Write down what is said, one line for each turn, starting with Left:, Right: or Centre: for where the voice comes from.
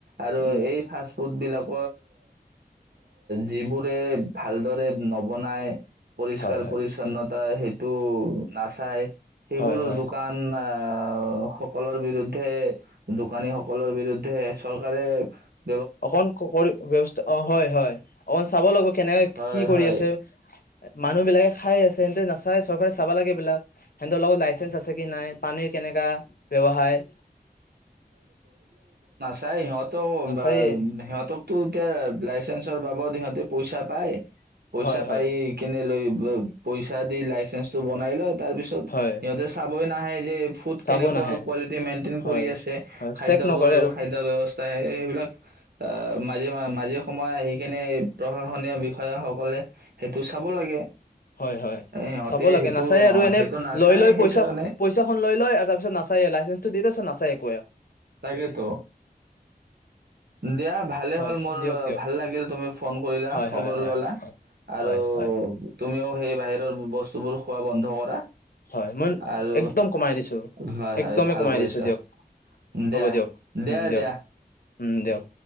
Right: আৰু
Left: উম
Right: এই ফাষ্ট ফুড বিলাক যিবোৰে ভালদৰে নবনায়, পৰিষ্কাৰ
Left: হয় হয়
Right: পৰি্ছন্নতা সেই তটো নাচাই সেইবোৰ
Left: হয় হয়
Right: দোকান আহ সকলৰ বিৰুদ্ধে দোকানী সকলৰ বিৰুদ্ধে চৰকাৰে এফ
Left: অকন কৰি ব্যৱস্থা অ হয় হয় অকণ চাব লাগিব কেনেকে
Right: হয়
Left: কি কৰি
Right: হয়
Left: আছে মানুহ বিলাকে খাই আছে সিহ নাচাই চৰকাৰে মানুহবিলাকে খাই আছে যে নাচাই চৰকাৰে চাবা লাগে এই বিলাক সিহঁতৰ লগত লাইচেন্ঞ্চ আছে কি নাই পানীৰ কেনেকা ব্যৱসায়
Right: তাইয়ত
Left: নাচায়েই
Right: বাৰু সিহঁতকো এতিয়াই চেন্ঞ্চৰ বাবদ সিঁহতে পইচা পায়। পইচা
Left: হয় হয়
Right: পাই কেনে লৈ পইচা দি লাইচেন্স টো বনাই লয় তাৰ পিছত
Left: হয়
Right: সিহঁতে চাব কৈ নাহে যে ফুড
Left: চাব
Right: কেনেকুৱা
Left: নাহে
Right: কোৱালিটি মেইনটেইন
Left: হয়
Right: কৰি আছে
Left: হয়
Right: খাদ্য
Left: চেক নকৰে
Right: বোৰ
Left: আৰু
Right: খাদ্য ব্যৱস্থাই এই সেইবিলাক আহ মাজে মাজে সময়ে এ আহি কিনে প্ৰশাসনীয় বিষয়াসকলে সেইটো চাব লাগে।
Left: হয় হয়
Right: এ, সিহঁতে
Left: চাব লাগে
Right: সেইটো
Left: নাচায়
Right: আহ,
Left: আৰু এনে
Right: সেইটো নাচায়
Left: লৈ লৈ
Right: সেইকাৰণে
Left: পইচা পইচাখন লৈ লয় আৰু তাৰ পিছত নাচায়ে লাইচেন্সটো দি তাৰ পিছত নাচায় ক
Right: তাকেতো দিয়া ভালে
Left: হয়
Right: হ'ল মোৰ
Left: দিয়ক দিয়ক
Right: ভাল লাগিল তুমি ফোন কৰিলা
Left: হয়
Right: খবৰ
Left: হয় হয়
Right: ললা আৰু
Left: হয় হয়
Right: তুমিও সেই বাহিৰৰ বস্তুবোৰ খোৱা বন্ধ কৰা
Left: হয় মই
Right: আৰু
Left: একদম কমাই দিছোঁ
Right: হয়
Left: একদমেই
Right: হয় ভাল
Left: কমাই
Right: কৰিছা
Left: দিছোঁ দিয়ক হ'ব
Right: দিয়া
Left: দিয়ক
Right: দিয়া
Left: দিয়ক
Right: দিয়া
Left: উম দিয়ক